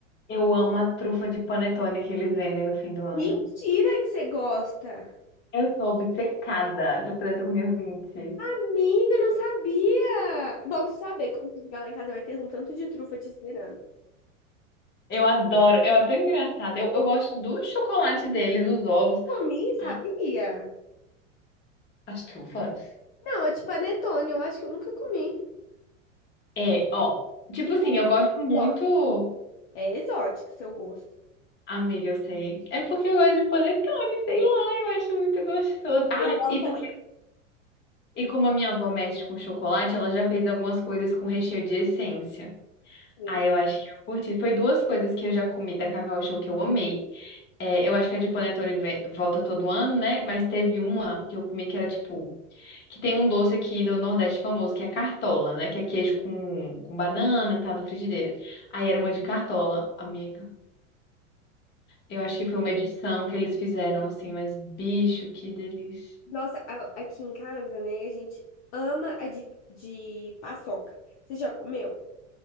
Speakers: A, on the left; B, on the left.
A: Eu amo a trufa de panetone que eles vendem no fim do ano.
B: Mentira que você gosta!
A: Eu sou obcecada. Se eu pudesse, eu comia 20.
B: Amiga, eu não sabia! Bom tu saber, quando você chegar lá em casa vai ter um tanto de trufa te esperando.
A: Eu adoro, eu é tão engraçada. Eu, eu gosto do chocolate deles, dos ovos,
B: Comi,
A: Ah,
B: sabia?
A: as trufas.
B: Não, é de panetone, eu acho que eu nunca comi.
A: É, ó, tipo
B: Isso
A: assim,
B: é
A: eu gosto muito.
B: exótico. É exótico, seu gosto.
A: Amiga, eu sei. É porque eu gosto de panetone, sei lá, eu acho muito gostoso. Ah,
B: Eu amo
A: e porque e como a minha avó mexe com chocolate, ela já fez algumas coisas com recheio de essência.
B: panetone.
A: Ah, eu acho que eu curti. Foi duas coisas que eu já comi da Cacau Show que eu amei. É, eu acho que a de panetone ve- volta todo ano, né? Mas teve uma que eu comi que era tipo Que tem um doce aqui no Nordeste famoso, que é cartola, né? Que é queijo com, com banana, tá na frigideira. Aí era uma de cartola, amiga. Eu acho que foi uma edição que eles fizeram, assim, mas bicho, que delícia.
B: Nossa, a- aqui em casa, né, a gente ama a de, de paçoca. Você já comeu?